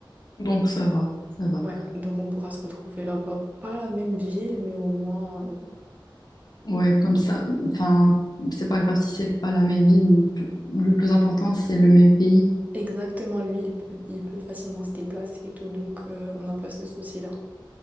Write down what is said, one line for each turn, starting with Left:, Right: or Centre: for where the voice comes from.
Left: Donc ça va, ça va.
Right: Ouais, donc on pourra se retrouver là-bas. Pas la même ville, mais au moins euh,
Left: Ouais, comme ça, enfin, c'est pas grave si c'est pas la même ville. Le plus important, c'est le même pays.
Right: exactement lui, il peut, il peut facilement se déplacer et tout, donc euh, on n'a pas ce souci-là.